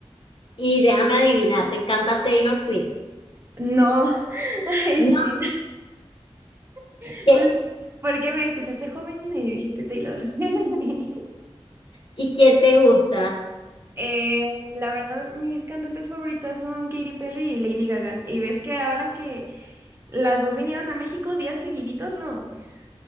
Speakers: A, on the left; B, on the right.
A: Y déjame adivinar, ¿te encanta Taylor Swift?
B: No, <laughs> ay,
A: No,
B: sí. <laughs>
A: ¿qué-
B: ¿Por qué me escuchaste joven y dijiste Taylor? <laughs>
A: ¿y quién te gusta?
B: Eh, la verdad, mis cantantes favoritas son Katy Perry y Lady Gaga. Y ves que ahora que las dos vinieron a México días seguiditos, no, pues.